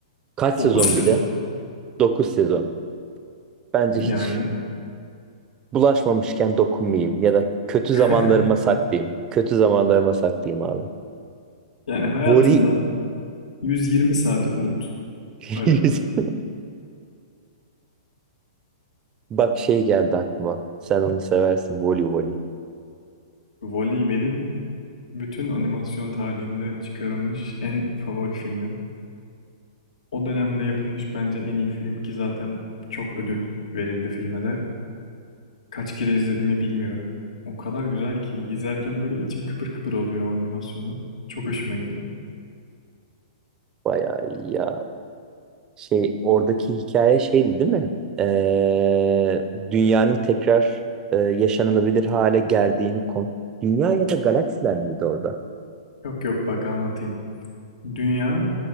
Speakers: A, on the right (about 20°); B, on the left (about 80°).
A: Kaç
B: 9
A: sezon
B: sezon.
A: bir de? 9 sezon. Bence hiç
B: Yani
A: bulaşmamışken dokunmayayım ya da kötü
B: <laughs>
A: zamanlarıma saklayayım. Kötü zamanlarıma saklayayım abi.
B: yani hayatından
A: Voli
B: 120 saati unut.
A: <laughs>
B: Öyle diyeyim.
A: bak şey geldi aklıma. Sen onu seversin voli voli.
B: Wall-E benim bütün animasyon tarihinde çıkarılmış en favori filmim. O dönemde yapılmış bence en iyi film ki zaten çok ödül verildi filme de. Kaç kere izlediğimi bilmiyorum. O kadar güzel ki izlerken böyle içim kıpır kıpır oluyor o animasyonu. Çok hoşuma gidiyor.
A: Bayağı iyi ya. Şey oradaki hikaye şeydi değil mi? Ee, dünyanın tekrar e, yaşanılabilir hale geldiğini kon. Dünya ya da galaksiler miydi orada?
B: Yok yok bak anlatayım. Dünya